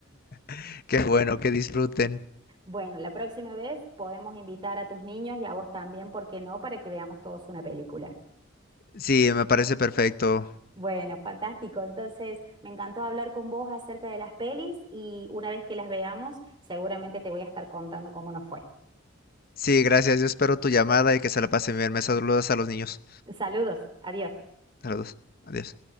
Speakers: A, on the left (about 45°); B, on the right (about 25°).
A: <laughs> Qué bueno, que disfruten.
B: Bueno, la próxima vez podemos invitar a tus niños y a vos también, ¿por qué no? Para que veamos todos una película.
A: Sí, me parece perfecto.
B: Bueno, fantástico. Entonces, me encantó hablar con vos acerca de las pelis y una vez que las veamos, seguramente te voy a estar contando cómo nos fue.
A: Sí, gracias, yo espero tu llamada y que se la pasen bien. Me saludas a los niños.
B: Saludos, adiós.
A: Saludos. Adiós.